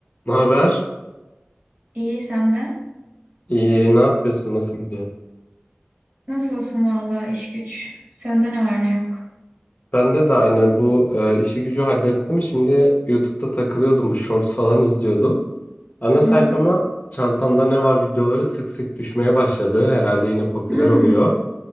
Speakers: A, on the left; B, on the right.
A: Ne haber?
B: İyi senden.
A: İyi, ne yapıyorsun? Nasıl gidiyor?
B: Nasıl olsun vallahi iş güç. Sende ne var ne yok.
A: Bende de aynı bu e, işi gücü hallettim. Şimdi YouTube'da takılıyordum, bu shorts falan izliyordum. Ana sayfama
B: Hı hı.
A: çantamda ne var videoları sık sık düşmeye başladı. Herhalde yine popüler
B: Hmm,
A: oluyor.